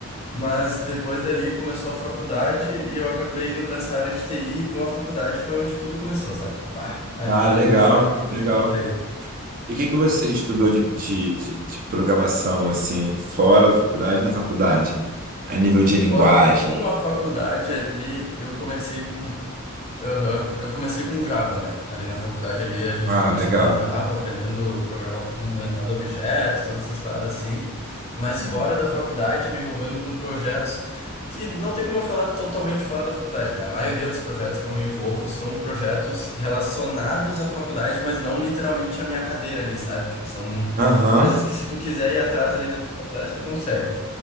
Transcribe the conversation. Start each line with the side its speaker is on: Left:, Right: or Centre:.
Left: mas depois dali começou a faculdade e eu acabei indo para essa área de TI e com a faculdade foi onde tudo começou, sabe? Bah, ali
Right: Ah, legal,
Left: foi onde eu
Right: legal.
Left: me encontrei.
Right: E o que que você estudou de, de, de- de programação, assim, fora da faculdade, na faculdade? A nível de linguagem.
Left: Fora, com a faculdade ali, eu comecei com Aham, Eu comecei com Java, né? Ali na faculdade ali a gente
Right: Ah,
Left: começa
Right: legal.
Left: com Java, aprendendo programação orientada a objetos, todas essas paradas assim. Mas
Right: Uhum.
Left: fora da faculdade, me envolvendo com projetos que não tem como eu falar totalmente fora da faculdade, né? A maioria dos projetos que eu me envolvo são projetos relacionados à faculdade, mas não literalmente à minha cadeira ali, sabe? Tipo, são
Right: Aham,
Left: coisas que se tu quiser ir atrás ali dentro da faculdade, tu consegue.